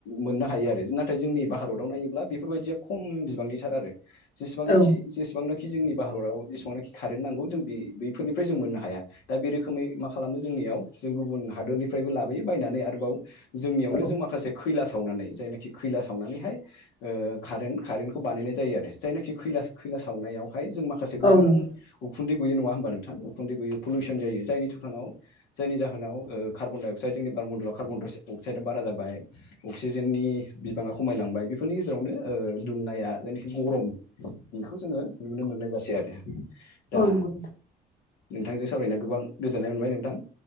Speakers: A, on the left (about 80°); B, on the left (about 55°).
A: मोननो हायो आरो नाथाय जोंनि भारताव नायोब्ला बेफोरबायदिया खम बिबांनिथार आरो । जेसेबांनाखि
B: औ
A: जेसेबांनाखि जोंनि भारताव एसेबांनाखि कारेन्ट नांगौ जों बे बैफोरनि फ्राय जों मोननो हाया दा बे रोखोमै मा खालामो जोंनियाव जों गुबुन हादरनिफ्रायबो लाबोयो बायनानै आरोबाव जोंनियावनो
B: औ
A: जों माखासे खैला सावनानै जायनाखि खैला सावनानैहाय ओ कारेन्ट कारेन्ट खौ बानायनाय जायो आरो जायनाखि खैलासाव सावनायावहाय जों माखासे गोबां
B: औ नंगौ
A: उखुन्दै गयो नङा होनबा नोंथां उखुनदै गयो पलिउस जायो जायनि <unintelligible> जायनि जाहोनाव ओ कार्बन अक्साइड जोंनि बार मन्दलाव कार्बन अक्साइडआ बारा जाबाय अक्सिजेननि बिबांङा खमायलांबाय बेफोरनि गेजेरावनो ओ दुंनाया जायनाखि गरम बेखौ जोंङो नुनो मोननाय जासै आरो दा
B: औ नंगौ नोंथां
A: नोंथांजों सावरायनो गोबां गोजोननाय मोनबाय नोंथां